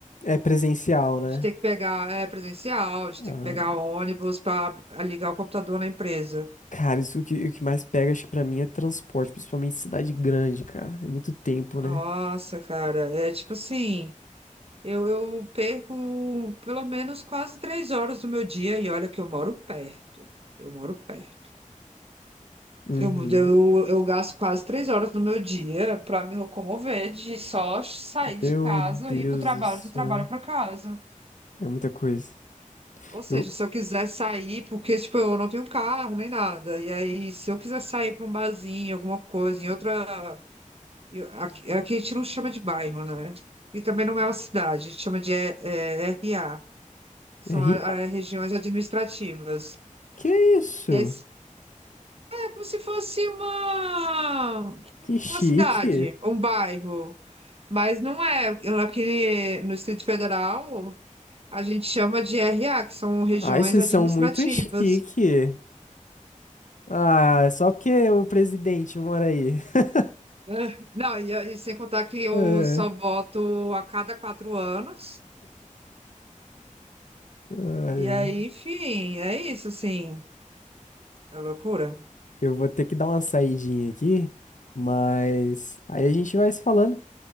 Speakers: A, on the left (about 65°); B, on the right (about 45°).
A: É presencial, né?
B: De ter que pegar, é, presencial, de
A: Ah,
B: ter que pegar ônibus pra ligar o computador na empresa.
A: cara, isso que, o que mais pega, acho que pra mim é transporte, principalmente cidade grande, cara. É muito tempo,
B: Nossa,
A: né?
B: cara, é tipo assim, eu, eu perco pelo menos quase três horas do meu dia e olha que eu moro perto, eu moro perto.
A: Uhum.
B: Eu, eu, eu gasto quase três horas do meu dia para me locomover de só sair de
A: Meu
B: casa
A: Deus
B: e ir pro trabalho,
A: do céu.
B: do trabalho para casa.
A: É muita coisa.
B: Ou seja,
A: Eu...
B: se eu quiser sair, porque tipo, eu não tenho carro nem nada, e aí se eu quiser sair para um barzinho, alguma coisa, em outra E Aqui, aqui a gente não chama de bairro, né? E também não é uma cidade, a gente chama de é, é, RA, que são
A: É ri...
B: a- a- regiões administrativas.
A: Que isso?
B: E aí é como se fosse uma,
A: Que chique.
B: uma cidade, um bairro, mas não é. Aqui no Distrito Federal, a gente chama de R A, que são regiões
A: Ai, vocês
B: administrativas.
A: são muito chique.
B: <laughs>
A: Ah, é só porque o presidente mora aí. <laughs>
B: É. Não, e, e sem contar que eu
A: É,
B: só voto a cada quatro anos.
A: ai.
B: E aí, enfim, é isso, assim, é loucura.
A: Eu vou ter que dar uma saidinha aqui, mas aí a gente vai se falando,